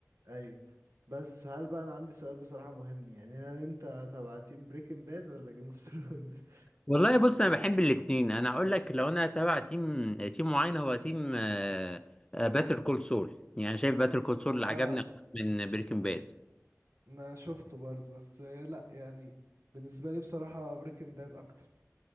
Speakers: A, on the right; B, on the left.
A: ايوه بس هل بقى انا عندي سؤال بصراحه مهم يعني هل انت تبع تيم بريكنج باد ولا جيم اوف ثرونز <laughs>
B: والله بص انا بحب الاتنين انا اقول لك لو انا تابع تيم تيم معين هو تيم باتر كول سول يعني شايف باتر كول سول اللي عجبني
A: اه
B: أكتر من بريكنج باد
A: انا شفته برضه بس آه، لا يعني بالنسبه لي بصراحه بريكنج باد اكتر